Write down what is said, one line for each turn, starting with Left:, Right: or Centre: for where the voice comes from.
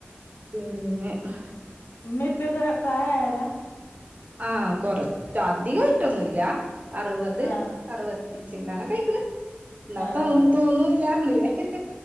Right: പിന്നെഅഹ്
Left: ഉമ്മിപ്പെക്കെ പ്രായമായയാലാ
Right: ആഹ് കൊറച്ച അധികായിട്ടൊന്നുല്ല അറുവത്
Left: ആഹ്
Right: അറുപത്തി ചില്ലാനോക്കെ കആയിക്കണ് എന്നാത്തോന്നും
Left: ആഹ്
Right: തോന്നുമ്ല്ല അങ്ങനെ ഹഹ